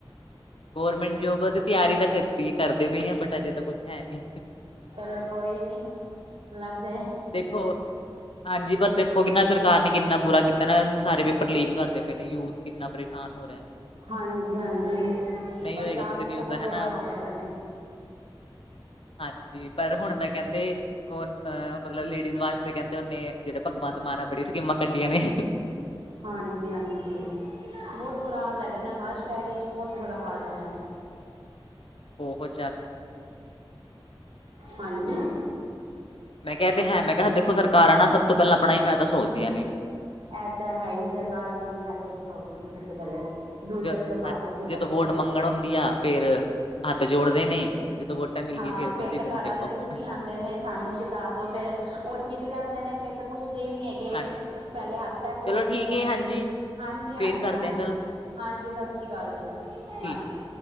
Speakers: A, on the left; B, on the right.
A: ਗੌਰਮੈਂਟ ਜੋਬਾ ਤੇ ਤਿਆਰੀ ਤਾਂ ਕਿਤੀ ਏ ਕਰਦੇ ਪੇ ਆਂ ਬਟ ਅਜੇ ਤਾਂ ਕੁੱਛ ਹੈ ਨੀ।
B: ਚਲੋ ਕੋਈ ਨੀ, ਲੱਗ ਜਾਏ।
A: ਦੇਖੋ ਹਾਂਜੀ, ਪਰ ਦੇਖੋ ਕਿ ਨਾ ਸਰਕਾਰ ਨੇ ਕਿੰਨਾ ਬੁਰਾ ਕੀਤਾ ਨਾ, ਸਾਰੇ ਪੇਪਰ ਲੀਕ ਕਰਦੇ ਪਏ ਨੇ, ਯੂਥ ਕਿੰਨਾ ਪਰੇਸ਼ਾਨ ਹੋ ਰੈ।
B: ਹਾਂਜੀ-ਹਾਂਜੀ, ਪੰਜਾਬ
A: ਹੋਏਗਾ ਤੁਸੀਂ
B: ਏਚ
A: ਨਿਊਜ਼
B: ਤਾਂ ਬੌਤ
A: ਦਾ ਹਨਾ
B: ਬੁਰਾ ਹਾਲ ਹੈਗਾ ਨੇ।
A: ਹਾਂਜੀ, ਪਰ ਹੁਣ ਤਾਂ ਕੈੰਦੇ ਓਹਨ ਮਤਲਬ ਲੇਡੀਜ਼ ਵਾਸਤੇ ਕੈੰਦੇ ਓਨੇ ਜੇੜਾ ਭਗਵੰਤ ਮਾਨ ਐ, ਬੜੀ ਸਕੀਮਾਂ ਕੱਢੀਆਂ ਨੇ।
B: ਹਾਂਜੀ-ਹਾਂਜੀ, ਬੌਤ ਬੁਰਾ ਹਾਲ ਹੈਗਾ ਨੇ, ਹਰ ਸੈ਼ਰ ਚ ਬੌਤ ਬੁਰਾ ਹਾਲ ਹੈਗਾ ਨੇ।
A: ਬੋਹਤ।
B: ਹਾਂਜੀ।
A: ਮੈਂ ਕਿਆ ਐ ਤੇ ਹੈ, ਮੈਂ ਕਿਆ ਦੇਖੋ ਸਰਕਾਰਾਂ ਨਾ ਸਭ ਤੋਂ ਪੈਲਾਂ ਅਪਣਾ ਹੀ ਫੈਦਾ ਸੋਚਦੀਆਂ ਨੇ।
B: ਐ ਤਾਂ ਹੈ ਹੀ ਸਰਕਾਰ ਅਪਣਾ ਹੀ ਫੈਦਾ ਸੋਚਦੀ ਸਭ ਤੋਂ ਪੈਲੇ। ਦੂਜਿਆਂ
A: ਜ-
B: ਦੇ ਤਾ ਬਾਤ
A: ਹਾਂਜੀ
B: ਹੀ ਚੀ ਕਰਦੀ
A: ਜਦੋਂ ਵੋਟ
B: ਏ।
A: ਮੰਗਣ ਹੁੰਦੀ ਆ ਫਿਰ ਹੱਥ ਜੋੜਦੇ ਨੇ ਜਦੋਂ ਵੋਟਾਂ ਮਿਲ
B: ਹਾਂ,
A: ਗਈ ਫਿਰ
B: ਫੇਰ
A: ਤੁਸੀਂ
B: ਤੇ
A: ਕੌਣ
B: ਘਰਾਂ
A: ਆਪਾਂ
B: ਦੇ ਵਿੱਚ
A: ਕੌਣ
B: ਵੀ ਆੰਦੇ ਨੇ ਸਾਨੂੰ ਜਿੱਤ ਤਾ ਦੋ ਫੇਰ, ਹੋਰ ਜਿੱਤ ਜਾਂਦੇ ਨੇ ਫੇਰ ਤਾਂ ਪੁੱਛਦੇ ਹੀ ਨੀ ਹੈਗੇ।
A: ਹਾਂਜੀ
B: ਪੈਲੇ ਹੱਥ-ਪੈਰ ਜੋੜਦੇ
A: ਚਲੋ ਠੀਕ
B: ਨੇ।
A: ਹੈ ਹਾਂਜੀ
B: ਹਾਂਜੀ-ਹਾਂਜੀ-ਹਾਂਜੀ,
A: ਫੇਰ ਕਰਦੇ ਆਂ ਗੱਲ
B: -ਹਾਂਜੀ, ਸਤ ਸ਼੍ਰੀ ਅਕਾਲ ਜੀ,
A: ਠੀਕ
B: ਹਾਂਜੀ।